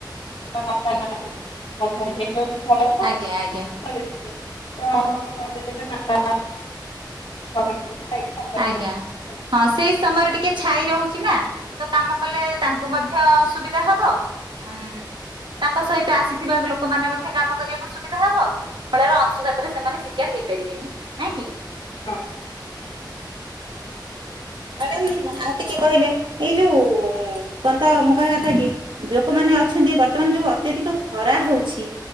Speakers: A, on the left; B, on the right.
A: ଦଶଟା ଏଗାରଟା ମଧ୍ୟରେ ହେଇଯାଉଛି ଭଲ କଥା
B: ଆଜ୍ଞା, ଆଜ୍ଞା।
A: <unintelligible>
B: ଆଜ୍ଞା।
A: ରେ
B: ହଁ, ସେଇ ସମୟରେ ଟିକେ ଛାଇ ରହୁଛି ନା। ତ, କାମ କଲେ ତାଙ୍କୁ ମଧ୍ୟ ମଧ୍ୟ ସୁବିଧା ହବ ଉ ତାଙ୍କ ସହିତ ଆସି ଥିବା ଲୋକମାନେ ମଧ୍ୟ କାମ କରିବାକୁ ସୁବିଧା ହବ। ଫଳରେ ଅଂଶୁଘାତରେ ସେମାନେ ଶିକାର ହେଇପାରିବେନି ନାଇଁ କି।
A: ହଁ।
B: ମ୍ୟାଡାମ ଆଉ ଟିକେ କହିଲେ। ଏଇ ଯୋଉ କଣତ ମୁଁ କହିବା କଥା କି ଲୋକମାନେ ଅଛନ୍ତି ବର୍ତ୍ତମାନ ଯୋଉ ଅତ୍ୟଧିକ ଖରା ହଉଛି,